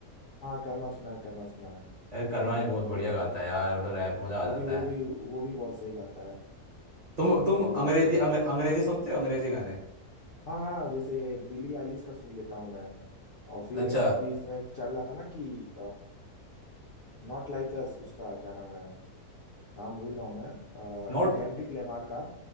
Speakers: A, on the left; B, on the right.
A: हाँ कर्मा सुना है कर्मा सुना है
B: अरे कर्मा ये बहुत बढ़िया गाता है यार मतलब रैप मजा आ जाता
A: वो भी वो
B: है
A: भी वो भी बहुत सही गाता है
B: तुम तुम
A: वो भी बहुत
B: अंग्रेजी
A: सही गाता
B: अंग्रे,
A: है
B: अंग्रेजी सुनते हो अंग्रेजी गाने
A: हाँ हाँ जैसे बिली आइलिश का सुन लेता हूँ मैं और फिर
B: अच्छा
A: एक अभी इसमें एक चल रहा था ना कि नॉट लाइक अस उसका क्या नाम है नाम भूल रहा हूँ मैं
B: नोट
A: कैंड्रिक लेमार का